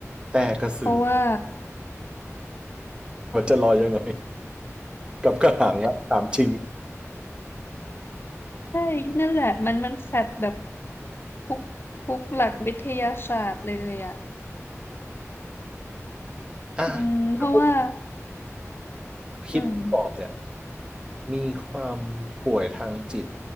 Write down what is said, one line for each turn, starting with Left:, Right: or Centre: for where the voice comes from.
Right: แต่กระสือ
Left: เพราะว่า
Right: มันจะลอยยังไง กับกระหังละถามจริง
Left: ใช่นั่นแหละมันมันแฟดแบบทุกทุกหลักวิทยาศาสตร์เลยอ่ะ
Right: อ่ะถ้าพูด
Left: อืมเพราะว่า
Right: พิษปอบเนี่ย
Left: อืม
Right: มีความป่วยทางจิต